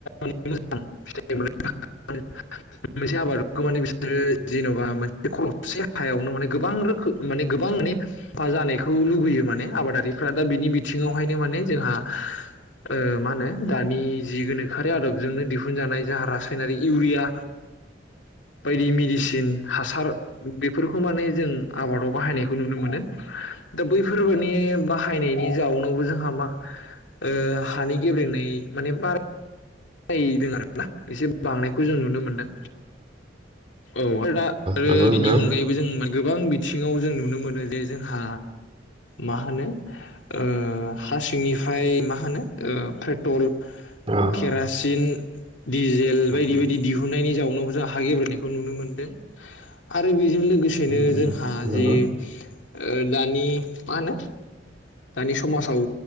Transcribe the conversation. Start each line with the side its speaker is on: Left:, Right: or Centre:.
Left: <unintelligible> <inaudible> मोनसे आबादखौ माने बिसोरो
Right: औ
Left: जेन'बा मोनसे खर' खसे हायावनो माने गोबां रोखोम माने गोबां माने हा जानायखौ लुुबैयो माने आबादारि फ्रा दा बिनि बिथिङावहायनो माने जोंहा ओ मा होनो दानि जि गोनोखोआरि आदबजोंनो दिहुनजानाय जा रासायनारि इउरिया बायदि मेडिसिन हासार बेफोरखौ माने जों आबादाव बाहायनायखौ नुनो मोनो। दा बैफोर माने बाहायनायनि जाउनावबो जोंहा मा ओ हानि गेब्रेंनाय माने बारा नायदों आरो ना एसे बांनायखौ जों नुनो मोनदों, औ आरो दा आरो
Right: नंगौ नोंथां
Left: बेनि अनगायैबो जों मोन गोबां बिथिङाव जों नुनो मोनो जे जोंहा मा होनो ओ हा सिंनिफ्राय मा होनो ओ पेट्रल
Right: अ
Left: केरासिन, डिजेल बायदि
Right: उम
Left: बायदि दिहुननायनि जाउन नाव जा हा गेब्रेंनायखौ नुनो मोनदों आरो बिजों लोगोसेनो
Right: उम उम
Left: जोंहा
Right: नंगौ
Left: जि ओ दानि मा होनो दानि समाजाव